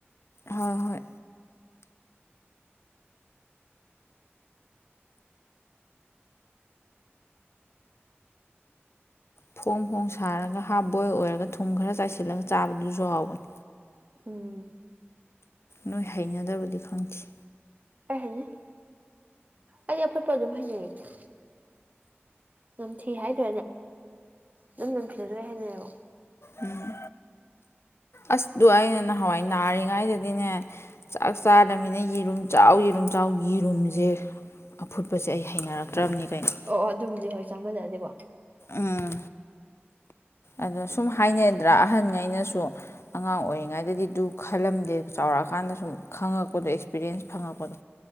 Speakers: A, on the left (about 70°); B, on the right (about 40°).
A: ꯍꯣꯏ ꯍꯣꯏ ꯐꯣꯡ ꯐꯣꯡ ꯁꯥꯔꯒ ꯍꯥꯞ ꯕꯣꯏ ꯑꯣꯏꯔꯒ ꯊꯨꯝ ꯈꯔ ꯆꯥꯏꯁꯤꯜꯂꯒ ꯆꯥꯕꯗꯨꯁꯨ ꯍꯥꯎꯕꯅꯤ
B: ꯎꯝ
A: ꯅꯣꯏ ꯍꯩꯅꯗꯕꯗꯤ ꯈꯪꯈꯤ
B: ꯑꯩ ꯍꯩꯅꯩ ꯑꯩ ꯑꯐꯨꯠꯄ ꯑꯗꯨꯝ ꯍꯩꯅꯩ ꯏꯆꯦ ꯅꯝ ꯊꯤ ꯍꯥꯏ ꯅꯦ ꯑꯗꯨꯝ ꯅꯝꯊꯤꯔꯁꯨ ꯑꯗꯨꯝ ꯍꯩꯅꯩꯌꯦꯕ
A: ꯎꯝ ꯑꯁꯇꯣ ꯑꯩꯅ ꯅꯍꯥꯟꯋꯥꯏ ꯅꯥꯔꯤꯉꯩꯗꯗꯤꯅꯦ ꯆꯥꯛ ꯆꯥꯗꯃꯤꯅ ꯌꯦꯔꯨꯝ ꯆꯥꯎ ꯌꯦꯔꯨꯝ ꯆꯥꯎ ꯌꯦꯔꯨꯝꯁꯦ ꯑꯐꯨꯠꯄꯁꯦ ꯑꯩ ꯍꯩꯅꯔꯛꯇ꯭ꯔꯕꯅꯤ ꯀꯩꯅꯣ
B: ꯑꯣ ꯑꯣ ꯑꯗꯨꯕꯨꯗꯤ ꯍꯣꯏ ꯆꯥꯃꯜꯂꯛꯑꯗꯤꯀꯣ
A: ꯎꯝ ꯑꯗꯣ ꯁꯨꯝ ꯍꯥꯏꯅꯗ꯭ꯔꯥ ꯑꯍꯟꯉꯩꯅꯁꯨ ꯑꯉꯥꯡ ꯑꯣꯏꯔꯤꯉꯩꯗꯗꯤ ꯑꯗꯨ ꯈꯜꯂꯝꯗꯦ ꯆꯥꯎꯔꯛꯑꯀꯥꯟꯗ ꯁꯨꯝ ꯈꯪꯉꯛꯄꯗꯣ ꯑꯦꯛꯁꯄꯤꯔꯤꯌꯦꯟꯁ ꯐꯪꯉꯛꯄꯗꯣ